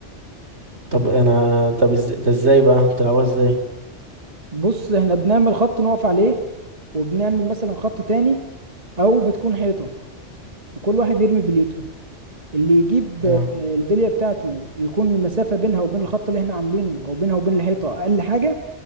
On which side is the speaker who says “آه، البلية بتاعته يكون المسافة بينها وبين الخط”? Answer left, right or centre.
Right